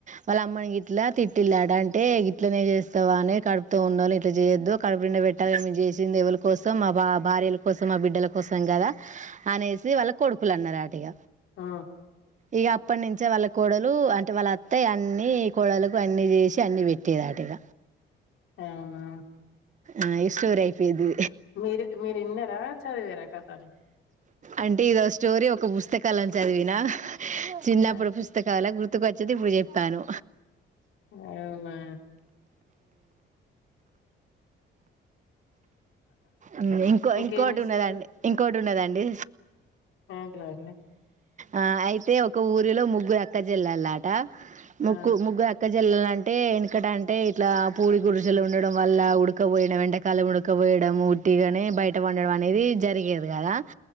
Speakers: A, on the right; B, on the left.
A: వాళ్ళ అమ్మని గ ఇట్లా తిట్టిల్ళడు అంటే గట్లనే చేస్తావా అని కడుపుత ఉండాలని ఇట్లా చేయొద్దు మేము చేసింది దేవుల కోసం మా బా భార్యల కోసం మా బిడ్డల కోసం కదా అనేసి వాళ్ళ కొడుకులు అన్నారు అట ఇగ
B: ఆ
A: ఇక అప్పటి నుంచే వాళ్ళ కోడలు అంటే వాళ్ళ అత్తాయ అన్నిీ కోడలకు అన్ని చేసి అన్ని పెట్టేదిటి ఇగ
B: అవున
A: ఆ ఇస్టోర్ అయిపోది
B: మీరు మీరు విన్నారా చదివరా కథనీ
A: అంటే ఇదో స్టోరీ ఒక పుస్తకాల చదివిన చిన్నప్పుడు
B: ఆ!
A: పుస్తకాలు గుర్తుకొచ్చేది ఇప్పుడు చెప్తాను
B: అవునా
A: ఆ ఇంకో
B: ఇంకేం
A: ఇంకోటి
B: చేస్తున్నారు?
A: ఉన్నదండి ఇంకోటి ఉన్నదండి
B: ఏంట్రా అండి
A: ఆ అయితే ఒక ఊరిలో ముగ్గు అక్కచేల్లాలట ముగ్గు
B: ఆ
A: ముగ్గు అక్కజల్లాలంటే అంటే ఎనకట అంటే ఇట్లా పూలి గురుసలు ఉండడం వల్ల ఉడ ఉక్కపోయడం వెంటకాలం ముడక్కపోయడంము ఉట్టిగాని బయట వండడం అనేది జరిగేది కదా